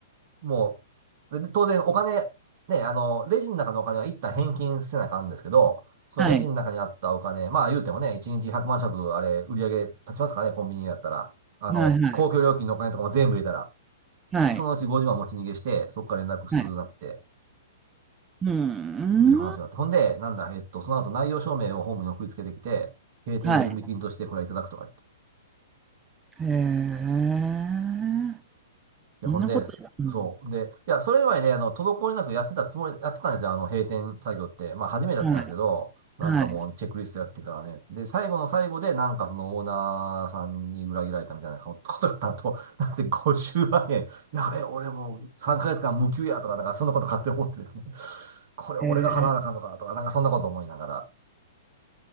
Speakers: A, on the right; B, on the right.
A: もう、で当然お金、ね、あの、レジの中のお金は一旦返金せなあかんですけど、そのレジの中にあったお金、
B: はい。
A: まあ言うてもね、1日100万食、あれ、売り上げ立ちますからね、コンビニやったら。あの、
B: はいはい。
A: 公共料金のお金とかも全部入れたら、
B: はい。
A: そのうち50万持ち逃げして、そこから連絡するなって。
B: はい。うーん。
A: という話があって。ほんで、なんだ、えっと、その後内容証明をホームに送りつけてきて、閉店準備金としてこれいただくとか言って。
B: はい。へえ。
A: いや、
B: そんなこと、
A: ほんで、
B: うん、
A: そう。で、いや、それ前ね、あの、滞りなくやってたつもり、やってたんですよ、あの、閉店作業って。まあ、初めてやってたんですけど、
B: はい、
A: なんかもう、
B: はい。
A: チェックリストやってからね。で、最後の最後で、なんかそのオーナーさんに裏切られたみたいなことだったと、<laughs> なんて50万円、やべえ、俺もう3ヶ月間無給やとか、なんかそんなこと勝手に思ってですね。これ俺が払わなあかんのかなとか、
B: ええ、
A: なんかそんなこと思いながら、